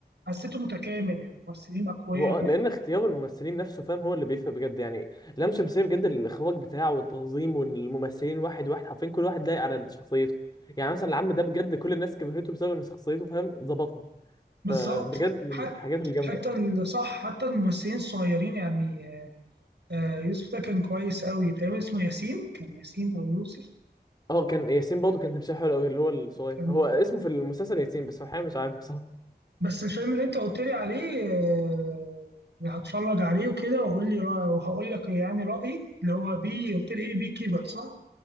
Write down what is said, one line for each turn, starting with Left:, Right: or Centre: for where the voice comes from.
Right: حسيته متكامل الممثلين أقوياء
Left: هو اه لان اختيار الممثلين نفسه فاهم هو اللي بيفرق بجد يعني لام شمسية بجد الاخراج بتاعه والتنظيم والممثلين واحد واحد حرفيا كل واحد لايق على شخصيته يعني مثلا العم ده بجد كل الناس كرهته بسبب ان شخصيته فاهم ظبطها
Right: بالظبط
Left: فبجد من
Right: حتى
Left: الحاجات الجامده
Right: حتى ال- صح حتى الممثلين الصغيرين يعني آه، يوسف ده كان كويس أوي تقريبا اسمه ياسين كان ياسين أو يوسف
Left: اه كان ياسين برضه كان تمثيله حلو قوي اللي هو الصغير
Right: كان-
Left: هو اسمه في المسلسل ياسين بس في الحقيقه مش عارف بصراحه
Right: بس الفيلم اللي انت قلت لي عليه آه، يعني هتفرج عليه وكده واقول لي رأ- وهقول لك يعني رأيي اللي هو بي قلت لي ايه بي كيبر صح؟